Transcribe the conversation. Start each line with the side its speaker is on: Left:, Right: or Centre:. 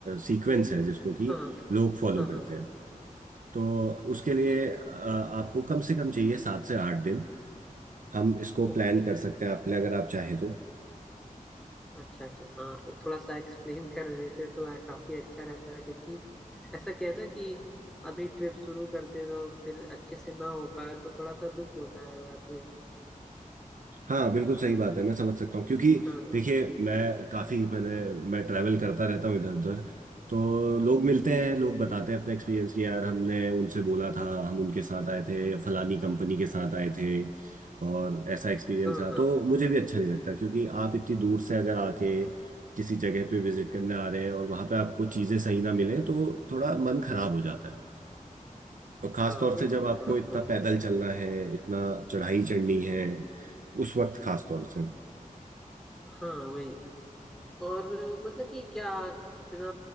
Right: सीक्वेंस है जिसको कि
Centre: हाँ
Right: लोग फॉलो
Centre: हाँ
Right: करते
Centre: हाँ
Right: हैं तो उसके लिए
Centre: जी
Right: अ, आपको कम से कम चाहिए सात से आठ दिन हम इसको
Centre: ओके
Right: प्लान कर सकते हैं आपके लिए अगर आप चाहें तो
Centre: अच्छा अच्छा हाँ तो थोड़ा सा एक्सप्लेन <laughs> कर देते तो आ, काफी अच्छा रहता है क्योंकि ऐसा क्या है ना कि अभी ट्रिप शुरू कर दे तो फिर अच्छे से ना हो पाए तो थोड़ा सा दुख होता है बाद में
Right: हाँ बिल्कुल सही बात है मैं समझ सकता हूँ क्योंकि
Centre: हाँ
Right: देखिए मैं काफ़ी मैंने मैं ट्रैवल करता रहता हूँ इधर उधर तो लोग मिलते हैं लोग बताते हैं अपने एक्सपीरियंस कि यार हमने उनसे बोला था हम उनके साथ आए थे फलानी कंपनी के साथ आए थे और ऐसा एक्सपीरियंस
Centre: हाँ
Right: था
Centre: हाँ
Right: तो मुझे भी अच्छा नहीं लगता क्योंकि आप इतनी दूर से अगर आके किसी जगह पे विजिट करने आ रहे हैं और वहाँ पे आपको चीज़ें सही ना मिले तो थोड़ा मन खराब हो जाता है और खास
Centre: हाँ
Right: तौर
Centre: वही
Right: से जब आपको
Centre: थोड़ा
Right: इतना
Centre: सा
Right: पैदल चलना है इतना चढ़ाई चढ़नी है उस वक्त खास तौर से
Centre: हाँ वही और मतलब कि क्या कितना